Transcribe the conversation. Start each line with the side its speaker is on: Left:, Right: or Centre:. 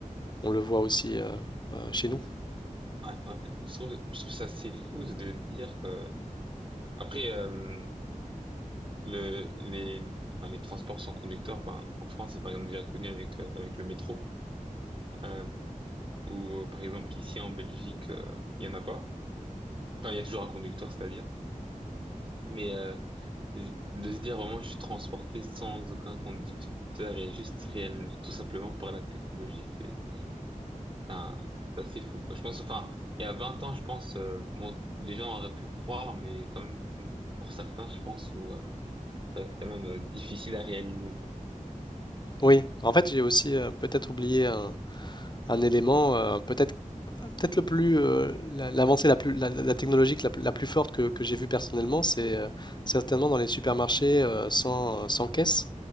Left: on le voit aussi euh, euh, chez nous.
Right: Ouais, ouais. ouais, Je trouve, je trouve ça assez fou de se dire que, après, euh, le, les, enfin, les transports sans conducteur, enfin, en France, c'est par exemple déjà connu avec, euh, avec le métro. euh, où, par exemple, ici en Belgique, euh, il y en a pas. Enfin, il y a toujours un conducteur, c'est-à-dire. Mais euh, de se dire vraiment, je suis transporté sans aucun conducteur et juste réel, tout simplement par la technologie, c'est un- c'est assez fou, quoi. Je pense, enfin, il y a 20 ans, je pense, euh, bon, les gens auraient pu croire, mais quand même, pour certains, je pense, où, euh, ça a été quand même euh, difficile à réaliser, quoi.
Left: Oui, en fait, j'ai aussi euh, peut-être oublié un, un élément, euh, peut-être Peut-être le plus euh, la- l'avancée la plus la, la- la technologique la, plus la plus forte que, que j'ai vue personnellement, c'est euh, certainement dans les supermarchés euh, sans, sans caisse,